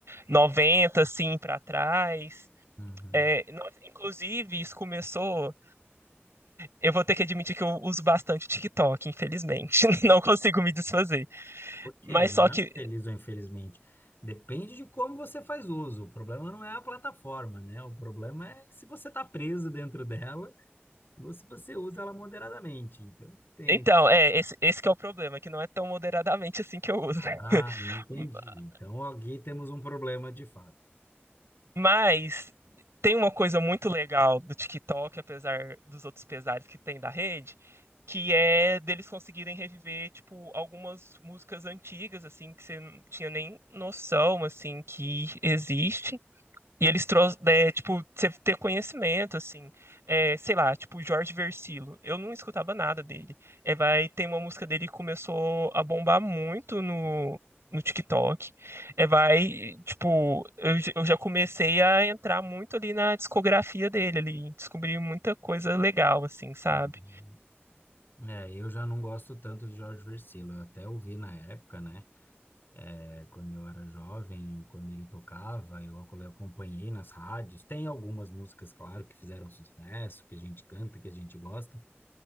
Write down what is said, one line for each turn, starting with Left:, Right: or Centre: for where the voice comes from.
Right: 90, assim, para trás.
Left: uhum.
Right: É, nossa, inclusive, isso começou. Eu vou ter que admitir que eu uso bastante o TikTok, infelizmente. <laughs> Não consigo me desfazer.
Left: Por quê?
Right: Mas
Left: Não
Right: só que
Left: é feliz ou infelizmente. Depende de como você faz uso. O problema não é a plataforma, né? O problema é se você está preso dentro dela ou se você usa ela moderadamente. Então, tem.
Right: Então, é, esse, esse que é o problema, que não é tão moderadamente assim que eu uso.
Left: Ah,
Right: <laughs>
Left: entendi. Então, aqui temos um problema de fato.
Right: Mas tem uma coisa muito legal do TikTok, apesar dos outros pesares que tem da rede, que é deles conseguirem reviver, tipo, algumas músicas antigas, assim, que você não tinha nem noção, assim, que existe. E eles trouxeram, né, tipo, você ter conhecimento, assim, é, sei lá, tipo, Jorge Versilo, eu não escutava nada dele. É, vai, tem uma música dele que começou a bombar muito no, no TikTok. É, vai, tipo, eu, j- eu já comecei a entrar muito ali na discografia dele, ali, descobri muita coisa legal, assim, sabe?
Left: Uhum. É, eu já não gosto tanto de Jorge Vercillo. Eu até ouvi na época, né? É, quando eu era jovem, quando ele tocava, eu acol- acompanhei nas rádios. Tem algumas músicas, claro, que fizeram sucesso, que a gente canta, que a gente gosta.